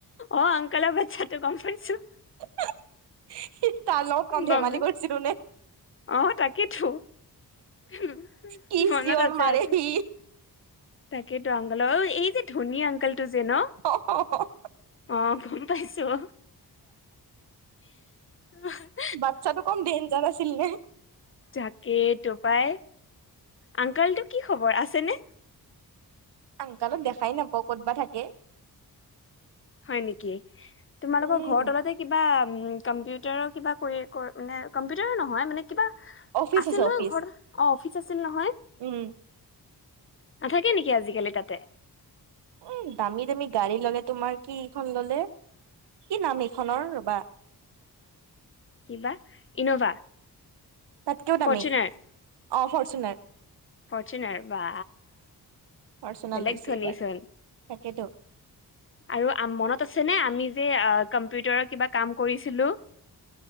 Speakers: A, on the left (about 30°); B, on the right (about 85°).
A: অ', আংকলৰ বাটচ্চাটো গম পাইছোঁ।
B: <unintelligible> তাৰ লগত কম ধেমালি
A: গম
B: কৰিছিলোঁ নে
A: অ', তাকেইতো উম,
B: কি
A: মনত
B: চিঞৰ
A: আছে
B: মাৰে
A: আছে।
B: সি
A: তাকেতো আংগল এই যে ধনী আংকলটো যে ন
B: <unintelligible>
A: অ', গম পাইছোঁ <unintelligible>
B: বাটচ্চাটো কম ডেঞ্জাৰ আছিল নে
A: তাকে তপাই আংকালটো কি খবৰ, আছেনে?
B: আংকালক দেখাই নাপাওঁ ক'ত বা থাকে
A: হয় নিকি? তোমালোকৰ
B: উম
A: ঘৰ তলতে কিবা উম কম্পিউটাৰ কিবা কৰি কৰ নে কম্পিউটাৰৰ নহয় মানেক কিবা
B: অফিচ
A: আছিল
B: আছে
A: নহয়
B: অফিচ
A: ঘৰত। অ', অফিচ আছিল নহয়
B: উম
A: নাথাকে নেকি আজিকালি তাতে?
B: উম দামী দামী গাড়ী ল'লে তোমাৰ কি এইখন ল'লে কি নাম এইখনৰ ৰ'বা
A: কিবা ইন'ভা
B: তাতকেও দামী
A: ফৰ্চুনায়।
B: অ ফৰচুনাৰ
A: ফাৰচুনাৰ বা
B: ফৰচুনাৰ
A: বেলেগ
B: লৈছে
A: ধনিচোন।
B: এইবাৰ তাকেতো।
A: আৰু মনত আছেনে আমি যে কম্পিউটাৰৰ কিবা কাম কৰিছিলো।